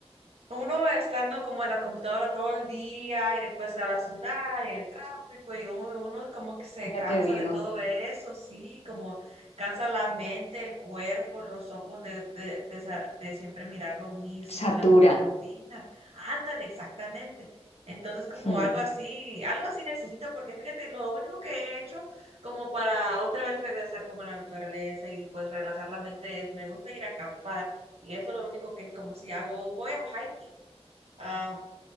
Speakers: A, on the right; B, on the left.
A: Uno estando como en la computadora todo el día y después a la ciudad y el tráfico y uno, uno como que se
B: Ya
A: cansa
B: te digo,
A: de todo eso, sí, como cansa la mente, el cuerpo, los ojos de, de, de, esa- de siempre mirar lo mismo,
B: satura.
A: la misma rutina. Ándale, exactamente. Entonces como
B: Mm.
A: algo así, algo así necesito porque fíjate, lo único que he hecho como para otra vez regresar como a la naturaleza y pues relajar la mente es, me gusta ir a acampar. Y eso es lo único que es como si hago, voy a hiking, a